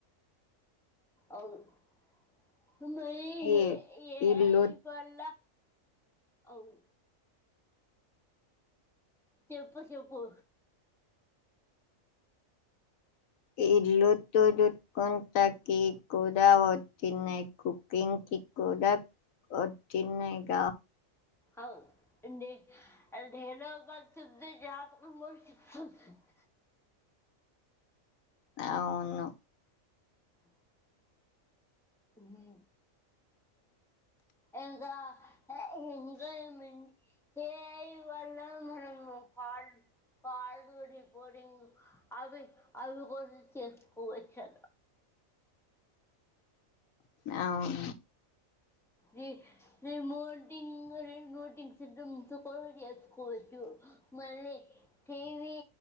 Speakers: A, in the centre; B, on the left.
A: అవును
B: ఈ
A: ఏ
B: ఇల్లు
A: ఐ వల్ల అవు చెప్పు చెప్పు
B: <unintelligible> <unintelligible> వచ్చినాయ్ గ
A: అవుడి ఆ వినపడుతుంది జ త <unintelligible>
B: అవును
A: ఆ ఉహ్మ్ ఇంకా ఇంకా ఏమి అంటే ఇలా మనము కాల్ కాల్ రిపోడింగ్ అవి అవి కూడా చేసుకోవచ్చు
B: అవును
A: రీ రిమోటింగ్ రిమోటింగ్ <unintelligible> చేకొసుకోచ్చ మళ్ళీ టీవీ